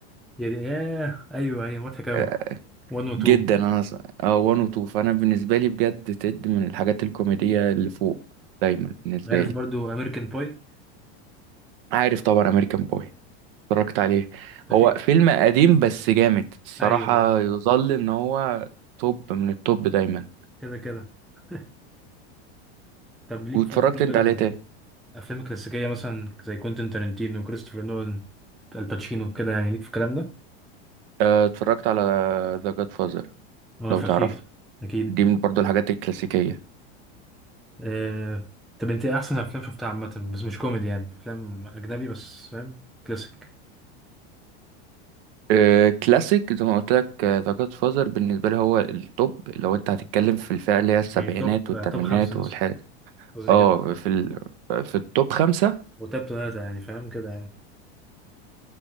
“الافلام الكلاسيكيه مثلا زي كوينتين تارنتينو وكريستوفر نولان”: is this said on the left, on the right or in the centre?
Centre